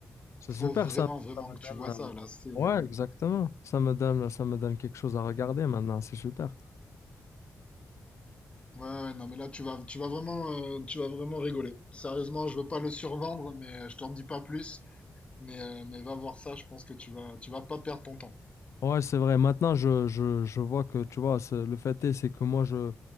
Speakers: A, on the left; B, on the left.
A: C'est super,
B: faut vraiment,
A: ça.
B: vraiment
A: Ça me
B: que
A: donne,
B: tu vois ça.
A: euh,
B: Là, c'est euh,
A: Ouais, exactement. Ça me donne, ça me donne quelque chose à regarder
B: non.
A: maintenant. C'est super.
B: ouais, ouais, non, mais là, tu vas, tu vas vraiment, euh, tu vas vraiment rigoler. Sérieusement, je veux pas le survendre, mais euh, je t'en dis pas plus. Mais, euh, mais va voir ça, je pense que tu vas, tu vas pas perdre ton temps.
A: Ouais, c'est vrai. Maintenant, je, je, je vois que, tu vois, c'est- le fait est, c'est que moi, je,